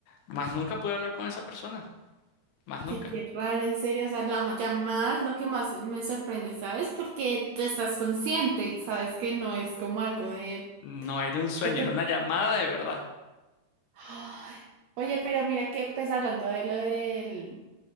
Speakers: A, on the left; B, on the right.
A: más nunca pude hablar con esa persona. Más nunca.
B: Oye, qué raro, en serio. O sea, la ma- llamada es lo que más me sorprende, ¿sabes? Porque tú estás consciente y sabes que no es como algo de...
A: No era un sueño,
B: que te-
A: era una llamada de verdad.
B: Ay, Oye, pero mira que pues hablando de lo del,